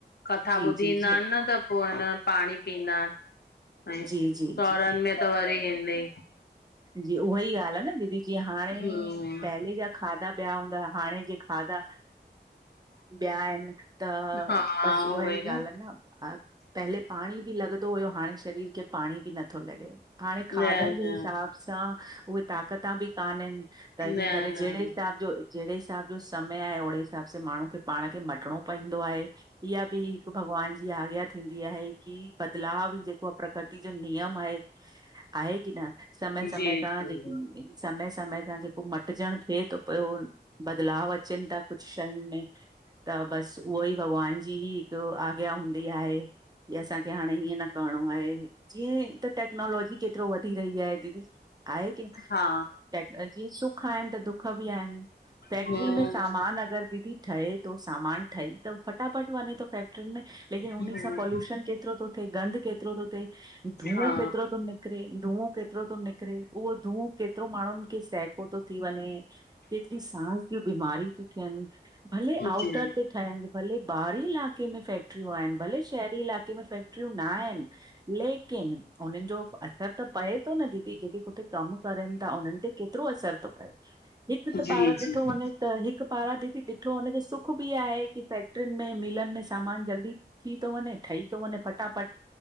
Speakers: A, on the left; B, on the right.
A: कथा
B: जी,
A: ॿुधी
B: जी, जी,
A: ईंदा आहिनि न त पो हेन पाणी पीअंदा ऐं
B: जी,
A: सहुरनि
B: जी, जी।
A: में त वरी हिन्दी
B: जी उहा ही ॻाल्हि आ न दीदी जी हाणे
A: हम्म
B: पहले जा खाधा ॿिया हूंदा हाणे जे खाधा ॿिया आहिनि, त
A: हा
B: बस उहा
A: उहो
B: ही
A: ई न
B: ॻाल्हि आ न पहले पाणी बि लॻंदो हुयो हाणे शरीर खे पाणी बि नथो लॻे हाणे खाधनि
A: न
B: जे
A: न
B: हिसाब सां उहे ताक़ता बि कान्हन त इनि
A: न
B: करे जहिड़े
A: न
B: हिसाब जो जहिड़े हिसाब जो समय आहे ओड़े हिसाब सां माण्हू खे पाण खे मटिणो पईंदो आहे। इहा बि हिक भॻवान जी आज्ञा थींदी आहे। कि बदलाव ई जेको आहे प्रकृति जो नियम आहे, आहे की न? समय समय
A: जी
B: सां
A: जी
B: जेकी समय समय सां जेको मट मटजण थिए थो पयो, बदलाव अचनि था कुछ शयुनि में त बसि उहो ई भॻवान जी ही हिकु आज्ञा हूंदी आहे। कि असांखे हाणे हीअं न करिणो आहे, जीअं त टेक्नोलॉजी केतिरो वधी रही आहे। दीदी आहे की
A: हा
B: <unintelligible> सुख आहिनि त दुख बि आहिनि, फैक्ट्री
A: हम्म
B: में सामान अगरि दीदी ठहे तो सामान ठही त फटाफट वञे तो फैक्ट्रियुनि में लेकिन उन
A: हम्म
B: सां पॉल्यूशन के तिरो तो थिए, गंद केतिरो तो थे, धुओं
A: हा
B: केतिरो तो निकिरे धुओं केतिरो तो नि करे उहो धुओं के केतिरो माण्हुनि खे सहिको तो थी वञे, केतिरी सांस जी बीमारी ती थियनि भले आउटर
A: जी
B: ते ठायन भले ॿाहरी इलाक़े में फैक्ट्रियूं आहिनि, भले शहरी इलाक़े में फैक्ट्रियूं नाहिनि। लेकिन उननि जो असर त पए तो न दीदी जेके उते कम करनि ता उन्हनि ते केतिरो असरु तो पए हिकु त
A: जी
B: पार ॾिठो
A: जी
B: वञे। त हिकु पारां दीदी ॾिठो वने त सुख भी आहे की फैक्ट्रियुनि में मिलनि में सामान जल्दी थी तो वञे ठही तो वञे फटाफट